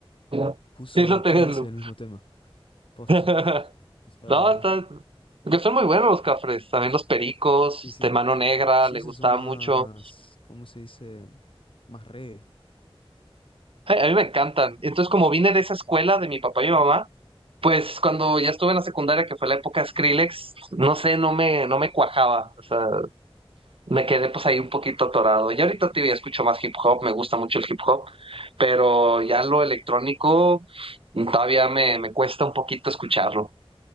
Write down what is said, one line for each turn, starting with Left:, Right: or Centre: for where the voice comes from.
Right: <laughs>
Left: Puso
Right: sí, lo Tegelú.
Left: tres veces el mismo tema. Posta.
Right: <laughs>
Left: O de
Right: No,
Left: verdad.
Right: está... porque son muy buenos los Cafres, también los Pericos,
Left: Sí,
Right: este,
Left: sí.
Right: Mano Negra,
Left: Sí,
Right: le
Left: esos
Right: gustaba
Left: son más,
Right: mucho.
Left: ¿cómo se dice? Más reggae.
Right: Ay, a mí me encantan. Entonces, como vine de esa escuela de mi papá y mi mamá, Pues cuando ya estuve en la secundaria, que fue la época de Skrillex, no sé, no me, no me cuajaba. O sea, me quedé pues ahí un poquito atorado. Y ahorita te digo, escucho más hip hop, me gusta mucho el hip hop, pero ya lo electrónico todavía me, me cuesta un poquito escucharlo.